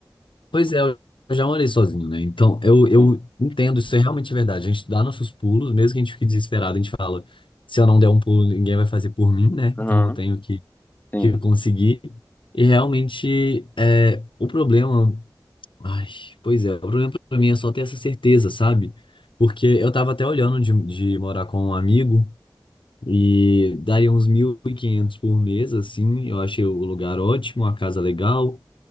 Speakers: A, on the left; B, on the left.
A: pois é, eu já morei sozinho, né? Então, eu, eu
B: Sim.
A: entendo, isso é realmente verdade. A gente dá nossos pulos, mesmo que a gente fique desesperado, a gente fala, se eu não der um pulo, ninguém vai fazer por mim, né?
B: Aham,
A: Então eu tenho que,
B: sim.
A: que conseguir. E realmente, é, o problema. Ai, pois é, o problema pra mim é só ter essa certeza, sabe? Porque eu tava até olhando de, de morar com um amigo e daria uns 1.500 por mês, assim. Eu achei o lugar ótimo, a casa legal.